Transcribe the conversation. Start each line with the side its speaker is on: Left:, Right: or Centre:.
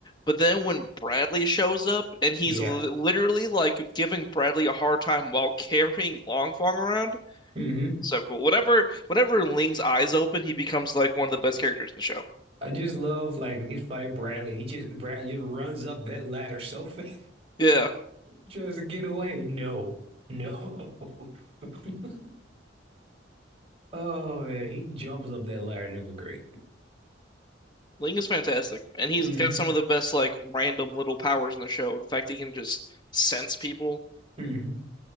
Left: But then when Bradley shows up and he's
Right: Yeah.
Left: li literally like giving Bradley a hard time while <laughs> carrying Longfong around,
Right: hmm
Left: so cool. Whenever whenever Ling's eyes open, he becomes like one of the best characters in the show.
Right: I just love like he's fighting Bradley. He just Bradley just runs up that ladder so <laughs> fast,
Left: Yeah.
Right: tries to get away. No, no. <laughs> Oh man, he jumps up that ladder. It was great.
Left: Ling is fantastic, and he's
Right: hmm
Left: got some of the best like random little powers in the show. The fact he can just sense people.
Right: hmm